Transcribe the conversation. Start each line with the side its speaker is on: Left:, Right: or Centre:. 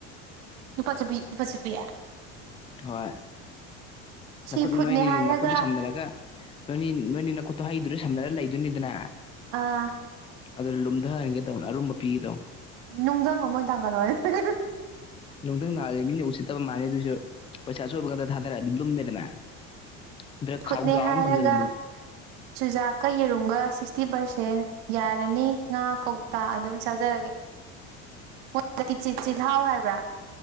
Right: ꯂꯨꯄꯥ ꯆꯞꯄꯤ ꯂꯨꯄꯥ ꯆꯞꯄꯤ
Left: ꯍꯣꯏ
Right: ꯁꯤ
Left: ꯅꯈꯨꯠ
Right: ꯐꯨꯠꯅꯦ
Left: ꯅꯣꯏꯅꯤ
Right: ꯍꯥꯏꯔꯒ
Left: ꯅꯈꯨꯠꯇꯨ ꯁꯝꯅꯔꯒ ꯅꯣꯏꯅꯤ ꯅꯣꯏꯅꯤ ꯅꯈꯨꯠꯇꯣ ꯍꯩꯗꯨꯗ ꯁꯝꯅꯔ ꯂꯩꯗꯣꯏꯅꯤꯗꯅ
Right: ꯑꯥ
Left: ꯑꯗꯨꯗ ꯂꯨꯝꯊꯍꯟꯒꯦ ꯇꯧꯕꯅ ꯑꯔꯨꯝꯕ ꯄꯤꯒꯦ ꯊꯧꯕꯅ‌ꯦ
Right: ꯅꯨꯡꯗꯪ ꯑꯃꯥ ꯑꫭꯏꯅ ꯊꯥꯡꯒꯠꯂꯛꯑꫭꯅ‌ꯦ
Left: ꯅꯨꯡꯊꯪ ꯊꯔꯗꯤ ꯃꯤꯅ ꯎꯁꯤꯠꯇꯕ ꯃꯥꯥꯟꯅꯤ ꯑꯗꯨꯁꯨ ꯄꯩꯁꯥ ꯑꯆꫭꯏꯕ ꯈꯛꯇ ꯊꯥꯗꯔꯛꯑꯗꯤ ꯂꯨꯝꯃꯦꯗꯅ ꯅꯠ꯭ꯇꯔ
Right: ꯐꯨꯠꯅꯦ
Left: ꯈꯥꯎꯖꯥꯎ
Right: ꯍꯥꯏꯔꯒ
Left: ꯑꯃ ꯊꯝꯖꯤꯜꯂꯝꯕ
Right: ꯆꯨꯖꯥꯛꯀ ꯌꯦꯔꯨꯝꯒ ꯁꯤꯛꯁꯇꯤ ꯄꯥꯔꯁꯦꯟ ꯌꯥꯔꯅꯤ ꯉꯥ ꯀꯧꯇꯥ ꯑꯗꯨꯝ ꯆꯥꯖꯔꯒꯦ ꯃꯣꯏ ꯍꯟꯊꯛꯀꯤ ꯆꯤꯜꯍꯥꯎ ꯍꯥꯏꯕ꯭ꯔꯥ